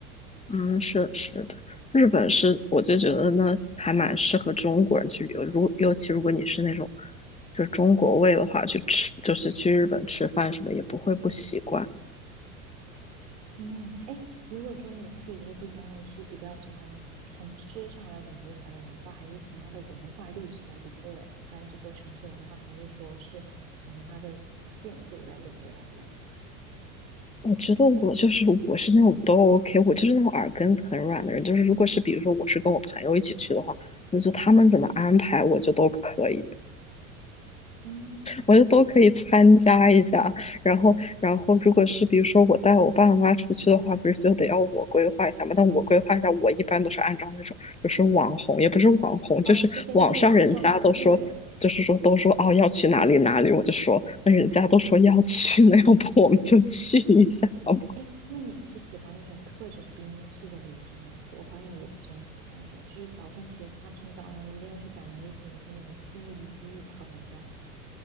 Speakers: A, on the left; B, on the right.
A: 嗯，是是的，日本是我就觉得呢，还蛮适合中国人去旅游。如尤其如果你是那种就是中国胃的话，去吃就是去日本吃饭什么也不会不习惯。
B: 嗯，哎，如果说你去一个地方，你是比较喜欢从吃上来领略它的文化，还是从它的文化历史来领略它这座城市的文化，还是说是从它的建筑来领略它的文化？
A: 我觉得我就是我是那种都 OK，我就是那种耳根子很软的人。就是如果是比如说我是跟我朋友一起去的话，那就他们怎么安排我就都可以。
B: 嗯，
A: 我就都可以参加一下。然后，然后如果是比如说我带我爸妈出去的话，不是就得要我规划一下吗？但我规划一下，我一般都是按照那种就是网红，也不是网红，
B: 哦，
A: 就是网上人家都说，
B: 你是根据网上攻略，
A: 就是说都说哦要去哪里哪里，我就说那人家都说要去，那要不我们就去一下吧。
B: 哎，那你是喜欢那种特种兵式的旅行吗？我发现我不是很喜欢那种，就是早上起来大清早，然后一定要去赶那几个景点，我巨巨讨厌这样子。